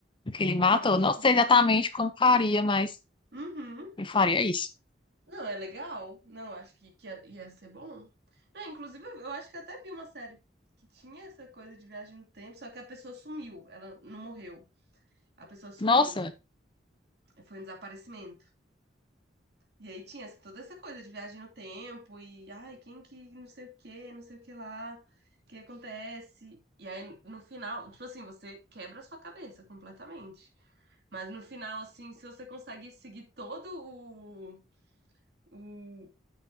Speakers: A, on the left; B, on the right.
A: que ele
B: Nossa.
A: matou. Não sei exatamente como faria, mas
B: Uhum.
A: eu faria isso.
B: Não, é legal. Não, acho que, que ia, ia ser bom. Não, inclusive, eu acho que eu até vi uma série que tinha essa coisa de viagem no tempo, só que a pessoa sumiu. Ela não morreu. A pessoa sumiu.
A: Nossa,
B: Foi um desaparecimento. E aí tinha essa- toda essa coisa de viagem no tempo e, ai, quem que não sei o que, não sei o que lá, o que acontece. E aí, no final, tipo assim, você quebra a sua cabeça completamente. Mas no final, assim, se você consegue seguir todo o, o,